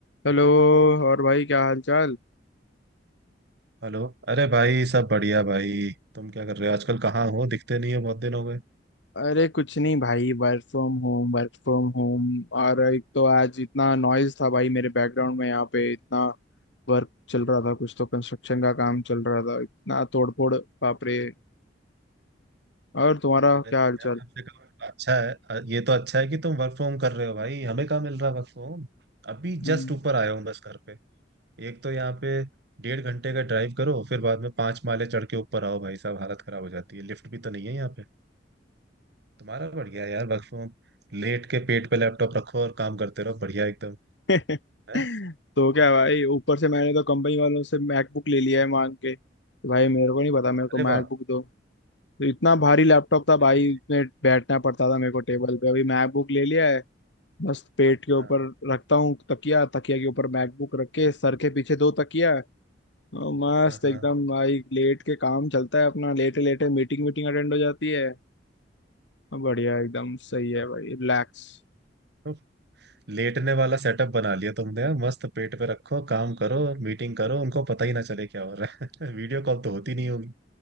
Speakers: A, on the left (about 80°); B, on the right (about 65°).
A: हेलो और भाई क्या हाल चाल
B: Hello अरे भाई सब बढ़िया भाई तुम क्या कर रहे हो आजकल कहाँ हो दिखते नहीं हो बहुत दिन हो गए
A: अरे कुछ नहीं भाई work from home work from home और एक तो आज इतना नॉइज था भाई मेरे बैकग्राउंड में यहाँ पे इतना वर्क चल रहा था कुछ तो कंस्ट्रक्शन का काम चल रहा था इतना तोड़फोड़ बाप रे और तुम्हारा
B: अरे
A: क्या
B: तो
A: हाल
B: यार
A: चाल
B: कम से कम अच्छा है अ, ये तो अच्छा है कि तुम वर्क फ्रॉम कर रहे हो भाई हमें कहाँ मिल रहा वर्क फ्रॉम अभी
A: हम्म।
B: जस्ट ऊपर आया हूँ बस घर पे एक तो यहाँ पे डेढ़ घंटे का ड्राइव करो फिर बाद में पांच माले चढ़ के ऊपर आओ भाई साहब हालत खराब हो जाती है लिफ्ट भी तो नहीं है यहाँ पे तुम्हारा बढ़िया है यार वर्क फ्रॉम लेट के पेट पे लैपटॉप रखो और काम करते रहो बढ़िया एकदम
A: <laughs>
B: है
A: तो क्या भाई ऊपर से मैंने तो कंपनी वालों से मैकबुक ले लिया है मांग के तो भाई मेरे को नहीं पता मेरे को
B: अरे
A: मैकबुक
B: वाह
A: दो तो इतना भारी लैपटॉप था भाई
B: अरे
A: उसमें बैठना पड़ता था मेरे को टेबल पे अभी मैकबुक ले लिया है बस पेट के ऊपर
B: हाँ
A: रखता हूँ तकिया तकिया के ऊपर मैकबुक रख के सर के पीछे दो तकिया और मस्त
B: हाँ
A: एकदम
B: हाँ
A: भाई लेट के काम चलता है अपना लेटे लेटे मीटिंग मीटिंग अटेंड हो जाती है बढ़िया एकदम सही है भाई रिलैक्स
B: तो लेटने वाला सेटअप बना लिया तुमने यार मस्त पेट पे रखो काम करो मीटिंग करो उनको पता ही ना चले क्या हो रहा है <laughs> वीडियो कॉल तो होती नहीं होगी